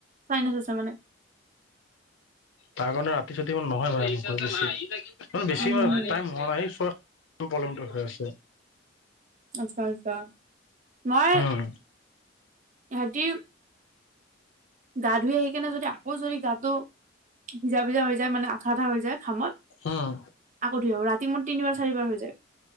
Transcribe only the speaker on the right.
চাইনিজ আছে মানে।
উম
হম
হম
আচ্ছা আচ্ছা মই
ইহতি- গা ধুই আহি কেনে যদি আকৌ যদি গাটো সিজা ভিজা হৈ যায় মানে আঠা আঠা হৈ যায় ঘামত।
আকৌ ধুই আহো ৰাতি মোৰ তিনিবাৰ চাৰিবাৰ হৈ যায়।